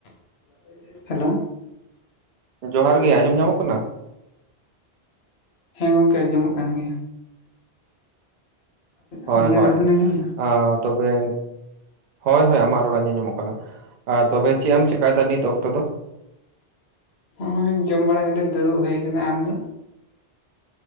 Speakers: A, on the left; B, on the right.
A: <unintelligible> Hello
B: ᱡᱚᱦᱟᱨ ᱜᱤ ᱟᱸᱡᱚᱢ ᱧᱟᱢᱚᱜ ᱠᱟᱱᱟ?
A: ᱦᱮᱸ ᱜᱚᱝᱠᱮ ᱟᱸᱡᱚᱢᱚᱜ ᱠᱟᱱ ᱜᱮᱭᱟ।
B: ᱦᱚᱭ
A: ᱟᱹᱞᱤᱧᱟᱜ
B: ᱦᱚᱭ
A: ᱨᱚᱲ ᱵᱤᱱ ᱟᱸᱡᱚᱢ ᱮᱫᱟ
B: ᱟᱸ.. ᱛᱚᱵᱮ ᱦᱚᱭ ᱦᱚᱭ ᱟᱢᱟᱜ ᱨᱚᱲ ᱟᱸᱡᱚᱢ ᱧᱟᱢᱚᱜ ᱠᱟᱱᱟ। ᱟᱸ ᱛᱚᱵᱮ ᱪᱮᱛ ᱮᱢ ᱪᱮᱠᱟᱭ ᱫᱟ ᱱᱤᱛ ᱚᱠᱛᱚ ᱫᱚ?
A: ᱱᱚᱜ-ᱚᱭ ᱡᱚᱢ ᱵᱟᱲᱟ ᱠᱟᱛᱮᱫ ᱫᱩᱲᱩᱵ ᱦᱩᱭ ᱟᱠᱟᱱᱟ। ᱟᱢᱫᱚ?